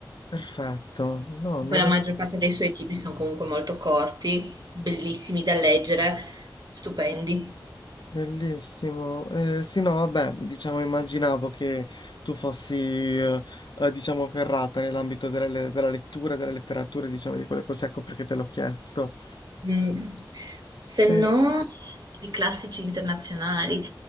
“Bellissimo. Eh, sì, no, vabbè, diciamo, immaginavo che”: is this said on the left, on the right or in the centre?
Left